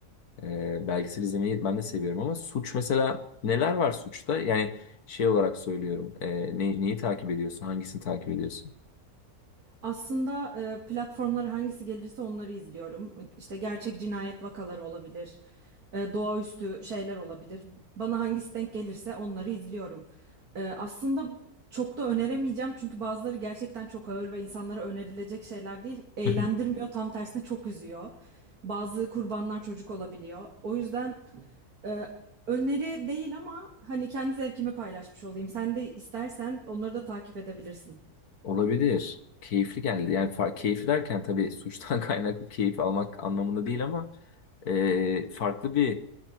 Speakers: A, on the left (about 75°); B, on the right (about 70°).
A: E, belgesel izlemeyi ben de seviyorum ama suç mesela neler var suçta? Yani şey olarak söylüyorum. e, ne- neyi takip ediyorsun? Hangisini takip ediyorsun?
B: Aslında e, platformlara hangisi gelirse onları izliyorum. İşte gerçek cinayet vakaları olabilir, e, doğaüstü şeyler olabilir. Bana hangisi denk gelirse onları izliyorum. E, aslında çok da öneremeyeceğim çünkü bazıları gerçekten çok ağır ve insanlara önerilecek şeyler değil. Eğlendirmiyor,
A: <laughs>
B: tam tersine çok üzüyor. Bazı kurbanlar çocuk olabiliyor. O yüzden e, öneri değil ama hani kendi zevkimi paylaşmış olayım. Sen de istersen onları da takip edebilirsin.
A: Olabilir. Keyifli geldi. Yani fa- keyifli derken tabii suçtan <laughs> kaynaklı keyif almak anlamında değil ama e, farklı bir